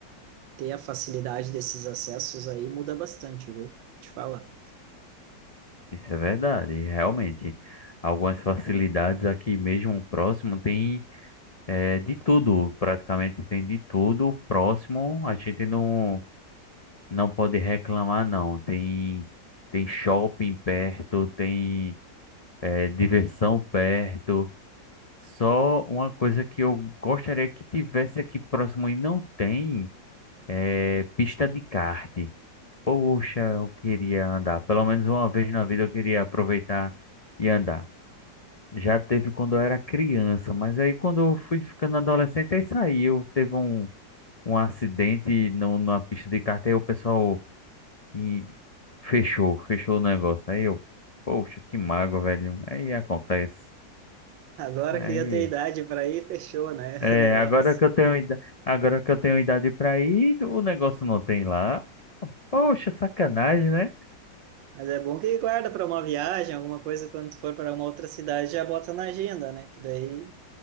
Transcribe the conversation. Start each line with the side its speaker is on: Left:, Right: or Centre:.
Right: ter a facilidade desses acessos aí muda bastante, viu? Te falar.
Left: isso é verdade, realmente. Algumas facilidades aqui mesmo próximo tem É, de tudo, praticamente tem de tudo. Próximo, a gente não, não pode reclamar, não. Tem, tem shopping perto, tem, é, diversão perto. Só uma coisa que eu gostaria que tivesse aqui próximo e não tem é pista de kart. Poxa, eu queria andar. Pelo
Right: Uhum.
Left: menos uma vez na vida eu queria aproveitar e andar. Já teve quando eu era criança, mas aí quando eu fui ficando adolescente, aí saiu. Teve um um acidente no, numa pista de kart, aí o pessoal e fechou, fechou o negócio. Aí eu, poxa, que mágoa, velho. Aí acontece.
Right: Agora
Left: Aí,
Right: que eu tenho idade para ir, fechou, né, <laughs>
Left: é,
Right: o negócio.
Left: agora que eu tenho, ida- agora que eu tenho idade pra ir, o negócio não tem lá. Poxa, sacanagem, né?
Right: Mas é bom que guarda para uma viagem, alguma coisa quando tu for para uma outra cidade, já bota na agenda, né? Que daí